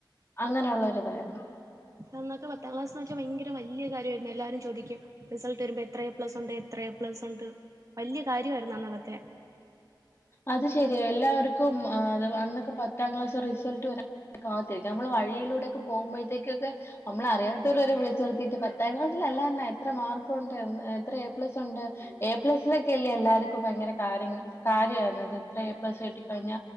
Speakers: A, on the left (about 30°); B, on the right (about 40°).
A: അങ്ങനെ ഒള്ളൊര്തായ്ര്ന്ന്
B: അന്നൊക്കെ പത്താം ക്ലാസ് എന്ന് വെച്ചാൽ വെച്ചാ ഭയങ്കര വലിയ കാര്യമായിരുന്നു എല്ലാരും ചോദിക്കും റിൾട്ട് വരുമ്പോ എത്ര എ പ്ലസ്ണ്ട് എത്ര എ പ്ലസ്ണ്ട് വലിയ കാര്യമായിരുന്നു അന്നതൊക്കെ
A: അത് ശരി എല്ലാവർക്കും അന്നൊക്കെ പത്താം ക്ലാസ് റിസൾട്ട് വരാ കാത്തിരിക്കും നമ്മൾ വഴിയിലൂടെയൊക്ക പോക്പോഴത്തേക്കെ നമ്മളെ അറിയാത്തവര് വിളിച്ചിർത്തിട്ട് പത്താം ക്ലാസ് ല്ലാ എത്ര മാർക്കും ഉണ്ട് എത്ര എ പ്ലസ് ഉണ്ട് എ പ്ലസിലൊക്കെ ഇല്ലേ എല്ലാവർക്കും ഭയങ്കര കാര്യങ്ങ കാര്യമായിരുന്നുത് ഇത്ര പപ്പേഴ കിട്ടിക്കഴിഞ്ഞ